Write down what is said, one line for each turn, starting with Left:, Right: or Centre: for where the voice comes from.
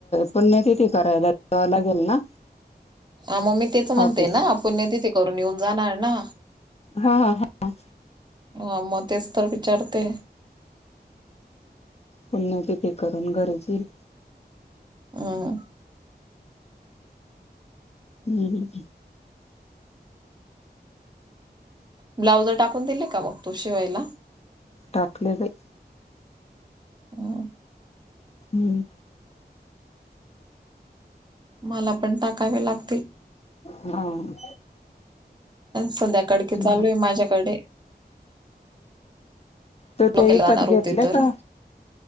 Left: पुण्यातिथी करायला जाव लागेल ना.
Right: ह मग मी तेच म्हणते
Left: ऑफिस
Right: ना पुण्यातिथे करून निघुन जाणार ना?
Left: हा हा हा.
Right: ह मग तेच तर विचारते.
Left: पुण्यातिथे करून घरीच येईल.
Right: हम्म.
Left: हम्म.
Right: ब्लाऊज टाकून दिले का व तु शिवायला?
Left: टाकले बाई.
Right: हम्म.
Left: हम्म.
Right: मला पण टाकावे लागतील.
Left: हम्म.
Right: संध्या काडकी चालू
Left: मग
Right: आहे माझ्याकडे.
Left: तू ते
Right: गेला
Left: विकत
Right: जाणार होते
Left: घेतले
Right: तर.
Left: का?